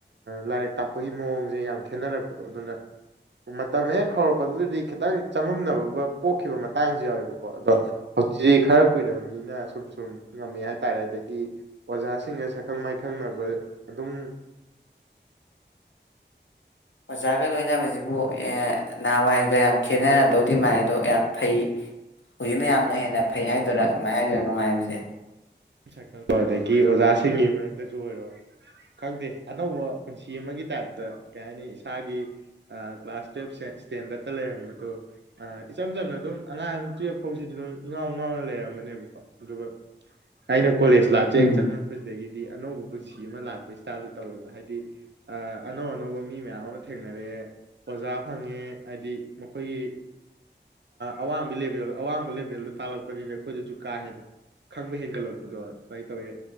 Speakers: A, on the right; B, on the left.
A: ꯂꯥꯏꯔꯤꯛ ꯇꯥꯛ ꯑꯩꯈꯣꯏꯒꯤ ꯃꯑꯣꯡꯁꯦ ꯌꯥꯝ ꯈꯦꯠꯅꯔꯛꯄꯗꯣ ꯑꯗꯨꯅ ꯃꯇꯝ ꯍꯦꯛ ꯍꯧꯔꯛꯄꯗꯨꯗꯗꯤ ꯈꯤꯇꯪ ꯆꯃꯝꯅꯕ ꯄꯣꯛꯈꯤꯕ ꯃꯇꯥꯡꯁꯨ ꯌꯥꯎꯋꯦꯕꯀꯣ ꯑꯗꯣ ꯍꯧꯖꯤꯛ ꯈꯔ ꯀꯨꯏꯔꯕꯔꯕꯅꯤꯅ ꯁꯨꯝ ꯁꯨꯝ ꯉꯝꯃꯦ ꯍꯥꯏꯇꯥꯔꯦ ꯑꯗꯒꯤ ꯑꯣꯖꯥꯁꯤꯡꯒ ꯁꯛꯈꯪ ꯃꯥꯏꯈꯪꯅꯕ ꯑꯗꯨꯝ
B: ꯑꯣꯖꯥꯒ ꯂꯣꯏꯅꯕꯁꯤꯕꯨ ꯅꯍꯥꯟꯋꯥꯏꯒ ꯌꯥꯝ ꯈꯦꯠꯅꯔꯝꯗꯧꯗꯤ ꯃꯥꯥꯟꯜꯂꯤ ꯑꯗꯣ ꯌꯥꯝ ꯐꯩ ꯍꯧꯖꯤꯛ ꯃꯌꯥꯝꯅ
A: ꯃꯌꯥꯝ
B: ꯍꯦꯟꯅ
A: ꯇꯥꯔꯦ
B: ꯐꯩ ꯍꯥꯏꯗꯣꯏꯔꯥ ꯀꯃꯥꯏꯅ ꯍꯥꯏꯗꯣꯏꯔꯥ ꯅꯨꯡꯉꯥꯏꯔꯤꯕꯁꯦ
A: ꯁꯀꯜꯣ ꯑꯗꯒꯤ ꯑꯣꯖꯥꯁꯤꯡꯒꯤ ꯃꯔꯛꯇꯁꯨ ꯑꯣꯏꯔꯣ ꯈꯪꯗꯦ ꯑꯅꯧꯕ ꯄꯨꯟꯁꯤ ꯑꯃꯒꯤ ꯇꯥꯏꯞꯇ ꯀꯩ ꯍꯥꯏꯅꯤ ꯏꯁꯥꯒꯤ ꯀ꯭ꯂꯥꯁ ꯇꯨꯋꯜꯞ ꯇꯦꯟꯗꯇ ꯂꯩꯔꯝꯕꯗꯣ ꯏꯆꯝ ꯆꯝꯅ ꯑꯗꯨꯝ ꯑꯉꯥꯡ ꯇꯨꯌꯦꯜꯐ ꯐꯥꯎꯁꯤꯗꯤ ꯑꯗꯨꯝ ꯏꯉꯥꯎ ꯉꯥꯎꯅ ꯂꯩꯔꯝꯕꯅꯦꯕꯀꯣ ꯑꯗꯨꯒ ꯑꯩꯅ ꯀꯣꯂꯦꯖ ꯂꯥꯏꯐꯁꯦ
B: ꯎꯝ
A: ꯍꯦꯛ ꯆꯪꯉꯛꯄꯁꯤꯗꯒꯤ ꯍꯥꯏꯗꯤ ꯑꯅꯧꯕ ꯄꯨꯟꯁꯤ ꯑꯃ ꯂꯥꯛꯄ ꯏꯁꯇꯥꯏꯜꯗ ꯇꯧꯋꯦꯕ ꯍꯥꯏꯗꯤ ꯑ ꯑꯅꯧ ꯑꯅꯧꯕ ꯃꯤ ꯃꯌꯥꯝ ꯑꯃ ꯊꯦꯡꯅꯔꯛꯑꯦ ꯑꯣꯖꯥ ꯐꯪꯉꯦ ꯍꯥꯏꯗꯤ ꯃꯈꯣꯏꯒꯤ ꯑꯋꯥꯡꯕꯤ ꯂꯦꯕꯦꯜ ꯑꯋꯥꯡꯕ ꯂꯦꯕꯦꯜꯗ ꯄꯜꯛꯄꯅꯤ ꯑꯩꯣꯏ ꯀꯥ ꯍꯦꯟꯅ ꯈꯪꯕ ꯍꯦꯟꯒꯠꯂꯛ ꯐꯨꯗꯣꯠ ꯁꯃꯥꯏ ꯇꯧꯋꯦ